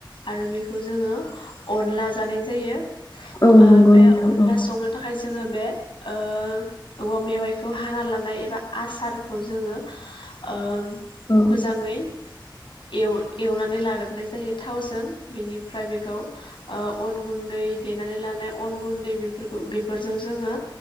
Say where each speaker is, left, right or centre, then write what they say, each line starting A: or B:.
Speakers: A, on the left; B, on the left.
A: आरो बेखौ जोङो अनला जानाय जायो
B: औ नंगौ
A: ओ बे
B: नोंथां
A: अनला
B: औ
A: संनो थाखाय जोङो बे ओ औवा मेवाइखौ हाना लानाय एबा आसारखौ जोङो ओ
B: औ
A: मोजाङै एव एवनानै लाग्रोनाय जायो थावजों बेनिफ्राय बेखौ ओ अन गुन्दै देनानै लानाय अन गुन दै बेफोरखौ बेफोरजों जोङो